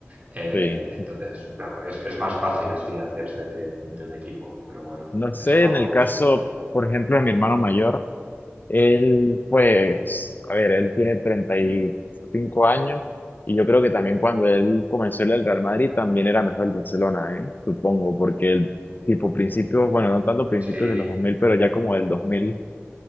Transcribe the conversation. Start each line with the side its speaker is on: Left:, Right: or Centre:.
Right: Eh,
Left: sí.
Right: entonces, claro, es, es más fácil así hacerse de, de un equipo, pero bueno,
Left: No sé,
Right: eso va
Left: en
Right: por
Left: el
Right: gustos.
Left: caso, por ejemplo, de mi hermano mayor, él, pues, a ver, él tiene treinta y cinco años y yo creo que también cuando él comenzó en el Real Madrid también era mejor el Barcelona, ¿eh? Supongo, porque el tipo principios, bueno, no tanto principios
Right: Sí,
Left: de los 2000, pero ya como del dos mil